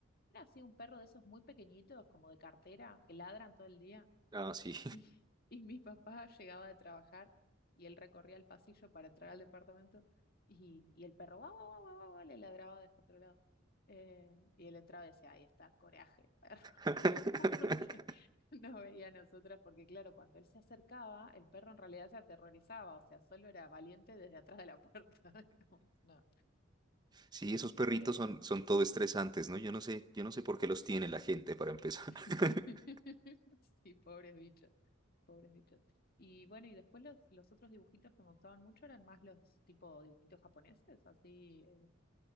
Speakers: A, on the left (about 50°); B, on the right (about 20°).
A: Era así un perro de esos muy pequeñitos, como de cartera, que ladran todo el día.
B: Ah, sí.
A: Y, y mi papá <laughs> llegaba de trabajar y él recorría el pasillo para entrar al departamento y, y el perro guau, guau, guau, guau, guau, le ladraba descontrolado. Eh, y él entraba y decía, ahí está, coraje, el perro,
B: <laughs>
A: <laughs> porque nos veía a nosotras, porque claro, cuando él se acercaba, el perro en realidad se aterrorizaba, o sea, solo era valiente desde atrás de la puerta, <laughs> digamos, no,
B: Sí, esos perritos
A: pero
B: son, son todo estresantes, ¿no? Yo no sé, yo no sé por qué los tiene la gente para empezar.
A: <laughs>
B: <laughs>
A: sí, pobres bichos. Pobres bichos. Y bueno, y después los, los otros dibujitos que me gustaban mucho eran más los tipo dibujitos japoneses, así eh,